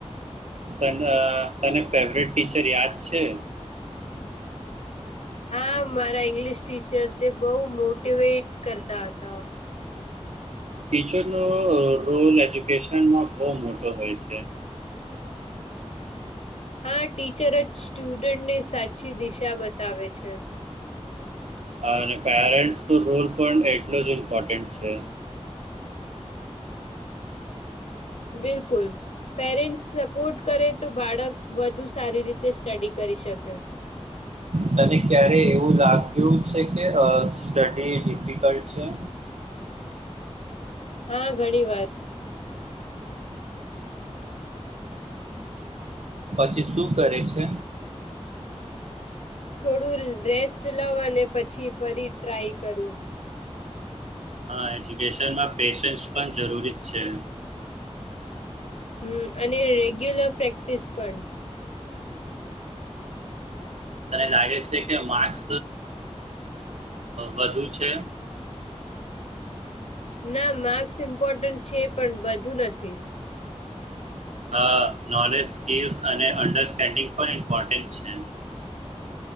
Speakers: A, on the right; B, on the left.
A: તન તને ફેવરેટ ટીચર યાદ છે.
B: અ હા મારા ઈંગ્લિશ ટીચર તે બહું મોટીવેટ કરતા હતા.
A: ટીચરનો રોલ એજ્યુકેશનમાં બહુ મોટો હોય છે.
B: હા ટીચર જ સ્ટુડન્ટની સાચી દિશા બતાવે છે.
A: હ પેરેન્ટસ નો રોલ પણ એટલો જ ઇમ્પોર્ટન્ટ છે
B: બિલકુલ. પેરેન્ટસ સપોર્ટ કરે તો બાળક વધુ સારી રીતે સ્ટડી કરી શકે.
A: તને ક્યારે એવું લાગ્યું છે કે સ્ટડી ડિફિકલ્ટ છે.
B: હા ઘણી વાર
A: પછી શું કરે છે?
B: થોડું રેસ્ટ લવ અને પછી ફરી ટ્રાય કરું
A: હા એજ્યુકેશનમાં પેશન્સ પણ જરૂરી જ છે.
B: હમ્મ અને રેગ્યુલર પ્રેક્ટિસ પણ
A: તને લાગે છે કે અ માર્ક્સ વધુ છે.
B: ના માર્ક્સ ઇમ્પોર્ટન્ટ છે પણ બધું નથી.
A: અ નોલેજ સ્કીલ અને અન્ડરસ્ટેન્ડિંગ પણ ઇમ્પોર્ન્ટ છે.